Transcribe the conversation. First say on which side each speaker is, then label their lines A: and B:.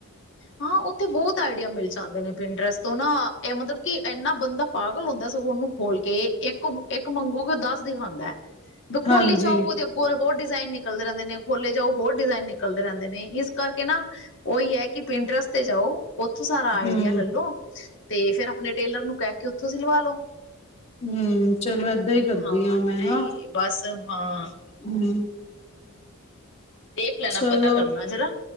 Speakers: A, on the left; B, on the left.
A: ਹਾਂ ਉੱਥੋ ਬਹੁਤ ਆਈਡੀਆ ਮਿਲ ਜਾਂਦੇ ਨੇ, ਪਿੰਨਡਰੈਸ ਤੋਂ ਨਾ। ਇਹ ਮਤਲਬ ਕਿ ਇੰਨਾ ਬੰਦਾ ਪਾਗ਼ਲ ਹੁੰਦਾ ਸਗੋਂ ਉਹਨੂੰ ਖੋਲ ਕੇ। ਇੱਕ-ਇੱਕ ਮੰਗੋਗੇ, ਉਹ ਦੱਸ ਦਿਖਾਂਦਾ। ਦਾ ਖੋਲੀ
B: ਹਾਂਜੀ
A: ਜਾਓ। ਉਹਦੇ ਅੱਗੋ ਹੋਰ ਡਿਜ਼ਾਈਨ ਨਿਕਲਦੇ ਰਹਿੰਦੇ ਨੇ। ਖੋਲੇ ਜਾਓ, ਹੋਰ ਡਿਜ਼ਾਇਨ ਨਿਕਲਦੇ ਰਹਿੰ ਦੇ ਨੇ। ਇਸ ਕਰਕੇ ਨਾ, ਉਹੀ ਐ ਕਿ ਪਿੰਨਟਰਸ ਤੇ ਜਾਓ। ਉੱਥੋਂ ਸਾਰਾ ਆਈਡੀਆ
B: ਹਮ
A: ਲੱਲੋ ਤੇ ਫਿਰ ਆਪਣੇ ਟੇਲਰ ਨੂੰ ਕਹਿ ਕੇ ਉੱਥੋਂ ਸਿਲਵਾ ਲੋ।
B: ਹੂੰ, ਚਲ ੲੈਦਾਂ ਈ ਕਰਦੀ
A: ਹਾਂ
B: ਆ ਮੈਂ ਨਾ।
A: ਇਹੀ ਹੈ ਬਸ ਹਾਂ।
B: ਹਮ।
A: ਦੇਖ ਲੈਣਾ
B: ਚਲੋ,
A: ਪਤਾ ਕਰਨਾ ਜਰਾ